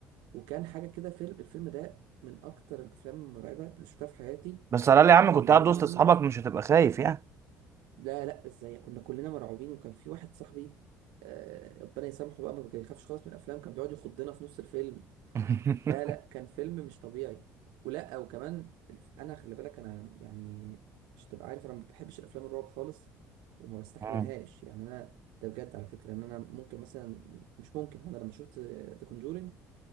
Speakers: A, on the right; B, on the right.
A: وكان حاجه كده فيلم الفيلم ده من اكتر الافلام المرعبه اللي شفتها في حياتي
B: بس على الأقل
A: ومعلومه
B: يا عم كنت قاعد وسط
A: عني
B: اصحابك مش هتبقى خايف يعني
A: لا لا ازاي كنا كلنا مرعوبين وكان في واحد صاحبي آه، ربنا يسامحه بقى ما بيخافش خالص من الافلام كان بيقعد يخضنا في نص الفيلم
B: <laughs>
A: لا لا كان فيلم مش طبيعي ولا وكمان الف- انا خلي بالك انا يعني مش تبقى عارف انا ما بحبش الافلام الرعب خالص وما بستحملهاش
B: مم.
A: يعني انا ده بجد على فكره ان انا ممكن مثلا مش ممكن هو انا لما شفت ذا كونجورينج